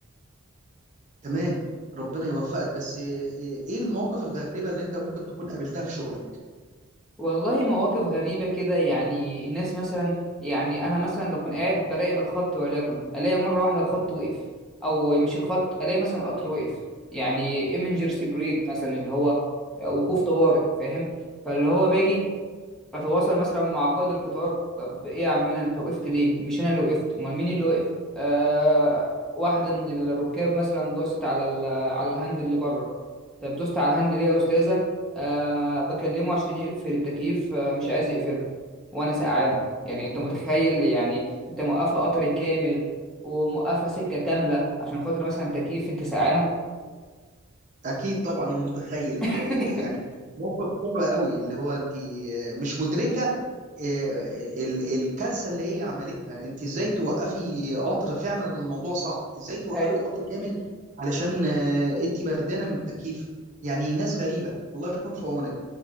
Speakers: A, on the right; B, in the centre.
A: تمام ربنا يوفقك بس ايه إيه المواقف الغريبة اللي انت ممكن تكون قابلتها في شغلك
B: والله مواقف غريبة كده يعني الناس مثلا يعني أنا مثلا بكون قاعد براقب الخط وليكن ألاقي مرة واحدة الخط وقف أو مش الخط ألاقي مثلا القطر وقف يعني emergency brake مثلا اللي هو وقوف طوارئ فاهم فاللي هو باجي اتواصل مثلا مع قائد القطار طب ايه يا عمنا انت وقفت ليه مش انا اللي وقفت امال مين اللي وقف آه واحده من الركاب مثلا دوست على ال- على الهاند اللي بره طب دوست على الهاند ليه يا استاذه آه بكلمه عشان يقفل التكييف آه مش عايز يقفله وانا سقعانه يعني انت متخيل يعني انت موقفه قطر كامل وموقفه سكه كامله عشان خاطر مثلا تكييف انت سقعانه
A: اكيد طبعا انا متخيل
B: <laughs>
A: آه، يعني موقف صعب قوي اللي هو انت آه، مش مدركه آه، ال- الكارثه اللي هي عملتها انت ازاي توقفي قطر فعلا الموضوع صعب ازاي توقفي
B: ايوه
A: قطر كامل علشان آه، انت بردانه من التكييف يعني ناس غريبه الله يكون في عونك